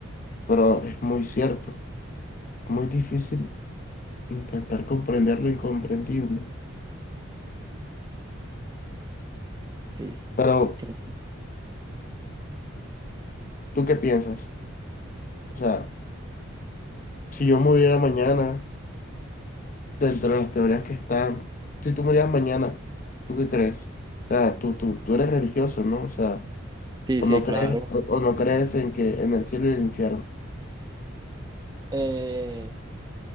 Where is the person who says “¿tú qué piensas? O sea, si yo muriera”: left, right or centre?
Left